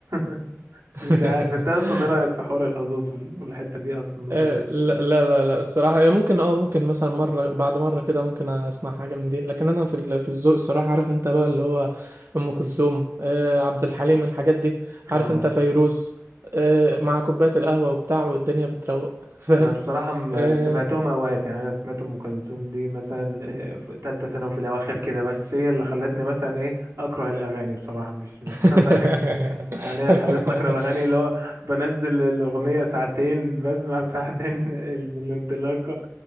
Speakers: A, on the right; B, on the right.
A: <laughs>
B: <laughs>
A: مش عارف انت اصلا ايه رايك في حوار الحظوظ وال- والحته دي اصلا النقطه
B: آه،
A: دي
B: لا لا لا لا، الصراحة هي ممكن اه ممكن مثلا مرة بعد مرة كده ممكن اسمع حاجة من دي لكن انا في ال- في الذوق الصراحة عارف انت بقى اللي هو ام كلثوم آه، عبد الحليم الحاجات دي
A: اه
B: عارف انت فيروز آه، مع كوباية القهوة وبتاع والدنيا بتروق فاهم
A: انا بصراحه م-
B: آه.
A: سمعتهم اوقات يعني انا سمعت ام كلثوم دي مثلا آه، في ثالثه ثانوي في الاواخر كده بس هي اللي خلتني مثلا ايه اكره الاغاني بصراحه مش مش
B: <laughs>
A: <laughs> هقدر- يعني هي خلتني اكره الاغاني اللي هو بنزل الاغنيه ساعتين بسمع ساعتين <laughs> ال- بالانطلاقه